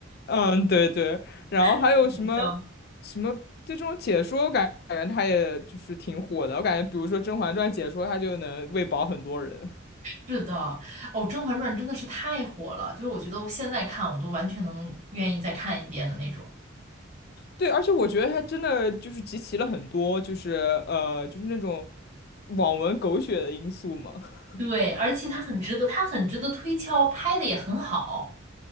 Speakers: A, on the left; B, on the right.
A: 嗯对对，然后还有什么什么这种解说，
B: <laughs> 好笑。
A: 我感感觉它也就是挺火的，我感觉比如说《甄嬛传》解说，它就能喂饱很多人。
B: 是的，哦，《甄嬛传》真的是太火了，就是我觉得我现在看我都完全能愿意再看一遍的那种。
A: 对，而且我觉得他真的就是集齐了很多，就是呃，就是那种网文狗血的因素嘛。<laughs>
B: 对，而且它很值得，它很值得推敲，拍的也很好，